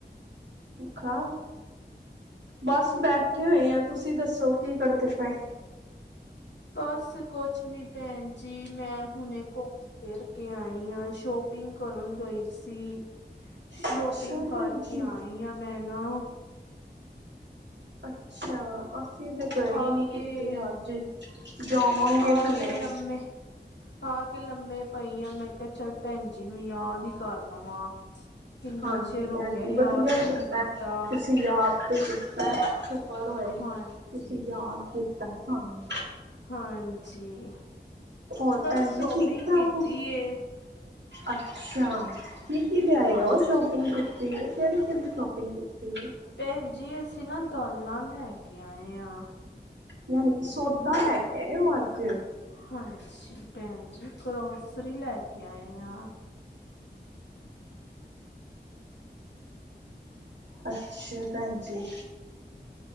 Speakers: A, on the right; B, on the left.
A: ਖਾ, ਬਸ ਬੈਠੇ ਹੋਏ ਆ ਤੁਸੀਂ ਦੱਸੋ ਕੀ ਕਰਦੇ ਪਏ?
B: ਬਸ ਕੁਛ ਨੀ ਭੈਣ ਜੀ ਮੈਂ ਹੁਣੇ ਕੋ ਫਿਰ ਕੇ ਆਈ ਆ ਸ਼ੋਪਿੰਗ ਕਰਨ ਗਈ ਸੀ, ਸ਼ਾਪਿੰ
A: ਅੱਛਾ
B: ਗ ਕਰਕੇ
A: ਭੈਣ ਜੀ
B: ਆਈ ਆ ਮੈਂ ਨਾ
A: ਅੱਛਾ, ਅਸੀਂ ਤੇ ਗਏ
B: ਆ
A: ਨੀ
B: ਕੇ
A: ਕੀਤੇ ਅੱਜ ਜਾਵਾਂਗੇ
B: ਆ
A: ਹੁਣੇ।
B: ਕੇ ਲੰਮੇ ਆ ਕੇ ਲੰਮੇ ਪਈ ਆ ਮੈਂ ਕਿਹ ਚੱਲ ਭੈਣ ਜੀ ਨੂੰ ਯਾਦ ਈ ਕਰ ਲਵਾਂ। ਕਿੰਨਾ
A: ਹਾਂਜੀ,
B: ਚਿਰ ਹੋ
A: ਭੈਣ
B: ਗਿਆ
A: ਜੀ
B: ਯਾਦ
A: ਵਧੀਆ
B: ਹੀ
A: ਕਿੱਤਾ
B: ਨਹੀਂ ਕੀਤਾ
A: ਤੁਸੀਂ ਯਾਦ ਤੇ ਸ਼ੁਕਰ ਹੋਏ
B: ਹਾਂਜੀ।
A: ਤੁਸੀਂ ਯਾਦ ਕੀਤਾ ਸਾਨੂੰ
B: ਹਾਂਜੀ,
A: ਹੋਰ
B: ਬਸ
A: ਭੈਣ
B: ਸ਼ੋਪਿੰਗ
A: ਜੀ ਠੀਕ ਠਾਕ
B: ਕੀਤੀ
A: ਹੋ
B: ਏ।
A: ਅੱਛਾ ਕੀ-ਕੀ ਲਿਆਏ
B: ਹਾਂਜੀ
A: ਓ ਸ਼ੋਪਿੰਗ ਤੇ? ਕੀਤੀ ਏ ਕਿਹੜੀ-ਕਿਹੜੀ ਸ਼ੋਪਿੰਗ ਕੀਤੀ ਏ?
B: ਭੈਣ ਜੀ ਅਸੀਂ ਨਾ ਦਾਲਾਂ ਲੈ ਕੇ ਆਏ ਆ।
A: ਯਾਨੀ ਕਿ ਸੌਦਾ ਲੈ ਕੇ ਆਏ ਓ ਅੱਜ।
B: ਹਾਂਜੀ, ਭੈਣ ਜੀ ਗਰੋਸਰੀ ਲੈ ਕੇ ਆਏ ਆ।
A: ਅੱਛਾ ਭੈਣ ਜੀ।